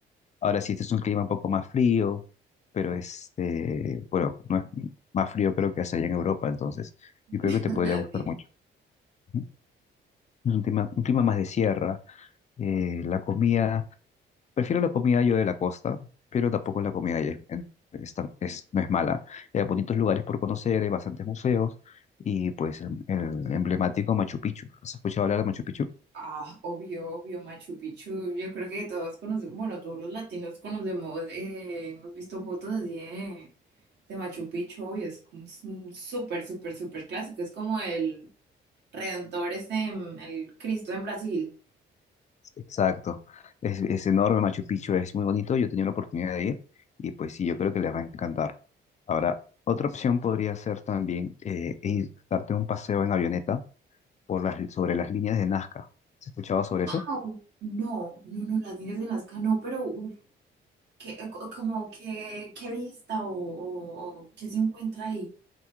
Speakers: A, on the left; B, on the right.
A: Ahora sí, este es un clima un poco más frío, pero este, bueno, no es más frío creo que es allá en Europa, entonces yo
B: <laughs>
A: creo que te podría gustar
B: Sí.
A: mucho. Ujú. Es un clima, un clima más de sierra, eh, la comida, prefiero la comida yo de la costa, pero tampoco la comida allá es, es tan- es- no es mala. Hay bonitos lugares por conocer, hay bastantes museos y pues el, el emblemático Machu Picchu. ¿Has escuchado hablar de Machu Picchu?
B: Ah, obvio, obvio, Machu Picchu. Yo creo que todos conocemos, bueno, todos los latinos conocemos, eh, hemos visto fotos así de, de Machu Picchu, obvio, es como s- un súper, súper, súper clásico. Es como el Redentor, este, en- el Cristo en Brasil.
A: Exacto. Es, es enorme Machu Picchu, es muy bonito. Yo he tenido la oportunidad de ir y pues sí, yo creo que les va a encantar. Ahora, otra opción podría ser también eh, ir, darte un paseo en avioneta por las, sobre las líneas de Nazca. ¿Has escuchado sobre eso?
B: Au. No, no, no, las niñas de Nazca no, pero uf, ¿qué, eh, co- como qué qué vista o, o- o qué se encuentra ahí?